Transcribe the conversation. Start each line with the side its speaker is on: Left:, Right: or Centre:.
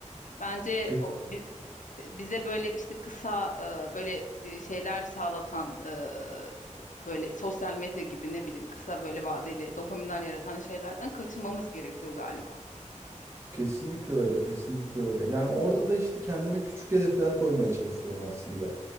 Left: Bence
Right: Ke-
Left: o, bi- bize böyle işte kısa e, böyle e, şeyler sağlatan e, böyle sosyal medya gibi ne bileyim kısa böyle vadeli dopaminler yaratan şeylerden kaçınmamız gerekiyor galiba.
Right: Kesinlikle öyle, kesinlikle öyle. Yani orada da işte kendime küçük hedefler koymaya çalışıyorum aslında.